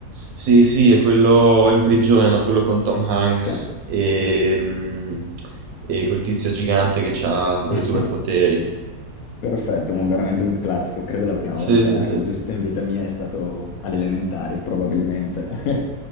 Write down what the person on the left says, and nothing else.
Sì.
<laughs>
Perfetto, un- veramente un classico. Credo la prima
volta
che l'ho visto in vita mia è stato alle elementari, probabilmente, <laughs>